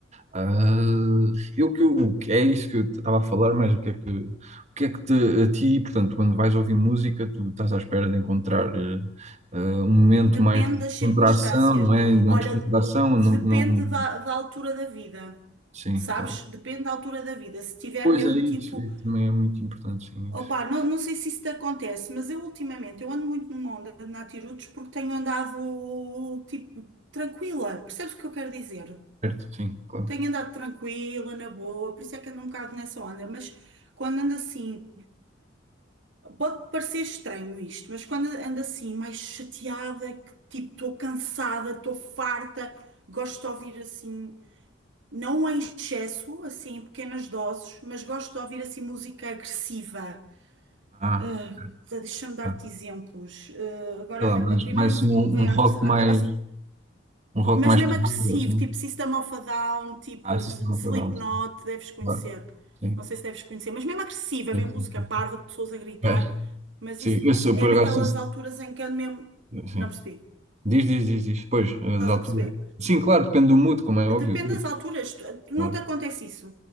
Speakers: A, on the right; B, on the right.
A: Ah, eu que eu- o que- é isso que eu estava a falar, mas o que é que o que é que te, a ti, portanto, quando vais ouvir música, tu estás à espera de encontrar eh, ah, um momento
B: Depende
A: mais de
B: das circunstâncias.
A: contração, não é? De
B: Olha,
A: descontração,
B: depende
A: não, não,
B: da, da altura da vida,
A: sim,
B: sabes?
A: claro.
B: Depende da altura da vida. Se tiver
A: Pois
B: mesmo
A: é isso,
B: tipo,
A: isso também é muito importante, sim,
B: opá,
A: isso.
B: não, não sei se isso te acontece, mas eu ultimamente eu ando muito numa onda de natirutos porque tenho andado tipo tranquila. Percebes o que eu quero dizer?
A: Certo, sim, claro.
B: Tenho andado tranquila, na boa, por isso é que ando um bocado nessa onda, mas quando ando assim. Pode parecer estranho isto, mas quando ando assim mais chateada, que tipo, estou cansada, estou farta, gosto de ouvir assim, não em excesso, assim, em pequenas doses, mas gosto de ouvir assim música agressiva.
A: Ah,
B: Ah, deixa-me dar-te
A: tá.
B: exemplos. Ah, agora,
A: sei lá, mas
B: a, a primeira
A: mais
B: música
A: assim, um,
B: que me veio
A: um rock
B: à,
A: mais
B: à cabeça
A: um rock
B: mas
A: mais
B: mesmo
A: pesado,
B: agressivo,
A: assim.
B: tipo System of a Down, tipo
A: Ah, System
B: Slipknot,
A: of a Down,
B: deves conhecer.
A: claro. Sim,
B: Não sei se deves conhecer, mas mesmo agressiva,
A: sim,
B: mesmo
A: sim.
B: música
A: sim.
B: parva de pessoas a gritar,
A: É.
B: mas
A: Sim,
B: isso
A: eu sou,
B: é
A: por
B: naquelas
A: acaso,
B: alturas em que ando mesmo.
A: Sim.
B: Não percebi.
A: Diz, diz, diz, diz. Pois, as
B: Estás
A: alturas.
B: a perceber?
A: Sim, claro, depende do mood, como é óbvio.
B: Depende das alturas, tu-
A: Claro.
B: não te acontece isso.